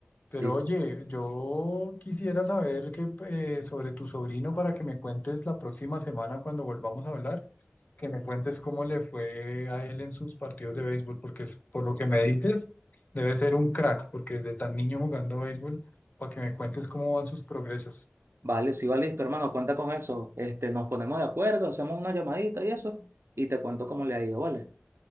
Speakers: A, on the left; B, on the right.
A: Pero
B: Sí,
A: oye, yo quisiera saber que, eh, sobre tu sobrino para que me cuentes la próxima semana cuando volvamos a hablar. que me cuentes cómo le fue a él en sus partidos de béisbol, porque es- por lo que me dices, debe ser un crack, porque desde tan niño jugando béisbol, para que me cuentes cómo van sus progresos.
B: vale, sí, vale, listo, hermano, cuenta con eso. Este, nos ponemos de acuerdo, hacemos una llamadita y eso, y te cuento cómo le ha ido, ¿vale?